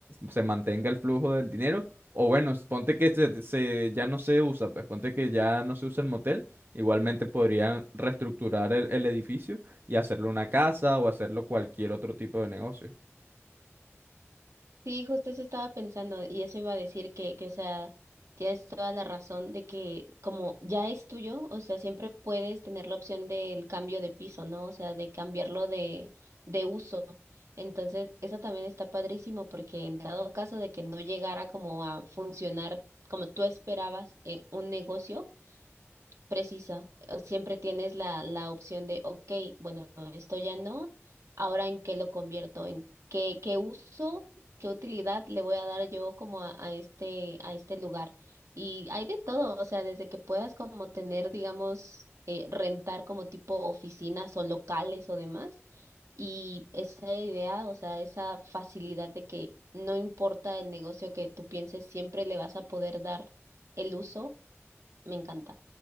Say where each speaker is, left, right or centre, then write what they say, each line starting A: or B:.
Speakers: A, on the right; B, on the right.
A: se mantenga el flujo del dinero o bueno, ponte que se, se- ya no se usa, pues ponte que ya no se usa el motel, igualmente podrían reestructurar el, el edificio y hacerlo una casa o hacerlo cualquier otro tipo de negocio.
B: Sí, justo eso estaba pensando y eso iba a decir que, que, o sea, tienes toda la razón de que como ya es tuyo, o sea, siempre puedes tener la opción del cambio de piso, ¿no? O sea, de cambiarlo de, de uso. Entonces, eso también está padrísimo porque en dado caso de que no llegara como a funcionar como tú esperabas en un negocio, precisa. o Siempre tienes la, la opción de, ok, bueno, esto ya no, ahora en qué lo convierto, en qué, qué uso, qué utilidad le voy a dar yo como a, a este, a este lugar. Y hay de todo, o sea, desde que puedas como tener, digamos, eh, rentar como tipo oficinas o locales o demás. Y esa idea, o sea, esa facilidad de que no importa el negocio que tú pienses, siempre le vas a poder dar el uso, me encanta.